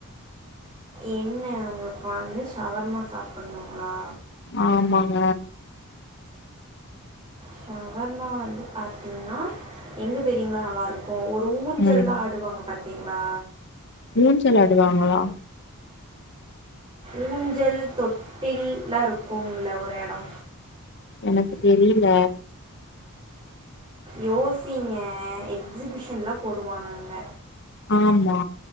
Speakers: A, on the right (about 25°); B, on the left (about 55°).
A: என்ன உங்களுக்கு வந்து ஷவர்மா சாப்புணுங்ளா
B: ஆமாங்க
A: ஷவர்மா வந்து பாத்தீங்கன்னா எங்கே தெரியுங்களா நல்லாருக் க்கு ஒரு ஊஞ்சலா
B: ம்
A: ஆடுவாங்க பாத்தீங்ளா
B: ஊஞ்சல் ஆடுவாங்களா
A: ஊஞ்சல் தொட்டில்லா இருக்குங்கள ஒரு எடோ
B: எனக்கு தெரியல
A: யோசிங்க எக்ஸிபிஷன்ல போடுவாங்க அங்க
B: ஆமா